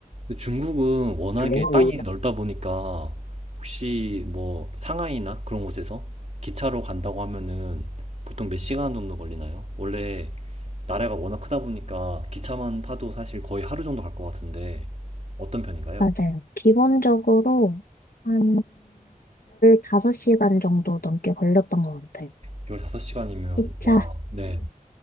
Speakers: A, on the right; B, on the left.
A: 근데 중국은 워낙에
B: 중국
A: 땅이 넓다 보니까 혹시 뭐 상하이나 그런 곳에서 기차로 간다고 하면은 보통 몇 시간 정도 걸리나요? 원래 나라가 워낙 크다 보니까 기차만 타도 사실 거의 하루 정도 갈 것 같은데 어떤 편인가요?
B: 맞아요. 기본적으로 한 15시간 정도 넘게 걸렸던 것 같아요.
A: 15시간이면
B: 기차,
A: 와, 네.